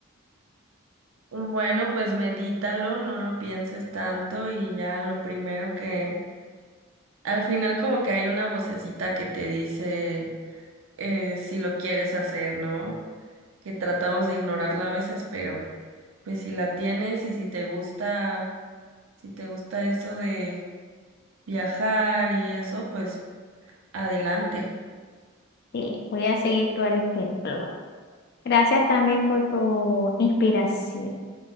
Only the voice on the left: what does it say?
Y voy a seguir tu ejemplo. Gracias también por tu inspiración.